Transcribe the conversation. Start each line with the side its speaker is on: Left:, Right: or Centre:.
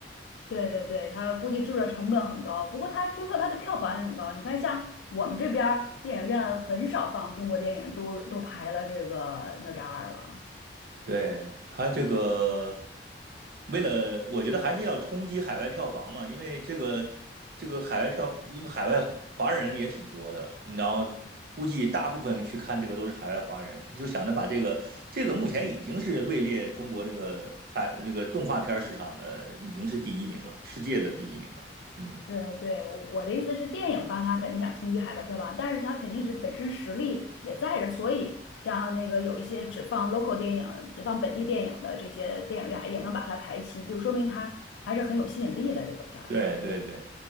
Left: 对对对，它估计制作成本很高，不过它听说它的票房也很高。你看，像我们这边儿电影院很少放中国电影，都都排了这个哪吒二了。
Right: 对，他这个，为了我觉得还是要冲击海外票房嘛，因为这个这个海外票，因为海外华人也挺多的，然后估计大部分去看这个都是海外华人，就想着把这个这个目前已经是位列中国这个海那个动画片市场的已经是第一名了，世界的第一名了，嗯。
Left: 对对，我我的意思是，电影方他肯定想冲击海外票房，但是他肯定是本身实力也在这儿所以像那个有一些只放 local 电影、只放本地电影的这些电影院也能把它排期，就说明它还是很有吸引力的这个片儿。
Right: 对对对，